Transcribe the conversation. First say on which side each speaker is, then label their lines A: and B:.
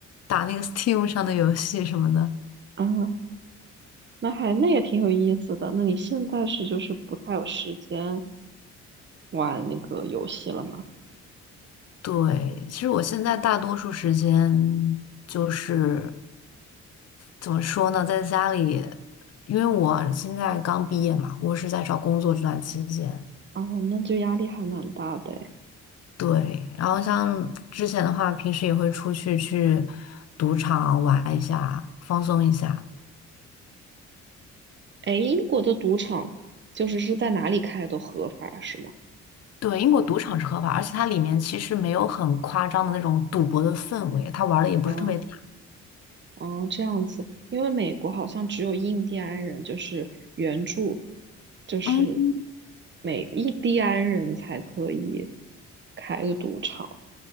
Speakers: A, on the left (about 55°); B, on the right (about 40°).
A: 打那个 Steam 上的游戏什么的。
B: 啊，那还那也挺有意思的。那你现在是就是不太有时间玩那个游戏了吗？
A: 对，其实我现在大多数时间就是怎么说呢，在家里，因为我现在刚毕业嘛，我是在找工作这段期间。
B: 哦，那就压力还蛮大的诶。
A: 对，然后像之前的话，平时也会出去去赌场玩一下，放松一下。
B: 哎，英国的赌场就是是在哪里开都合法是吗？
A: 对，英国赌场是合法，而且它里面其实没有很夸张的那种赌博的氛围，它玩的也不是特别大。
B: 啊哦，这样子，因为美国好像只有印第安人，就是原著，就是
A: 嗯，
B: 美印第安人才可以开个赌场。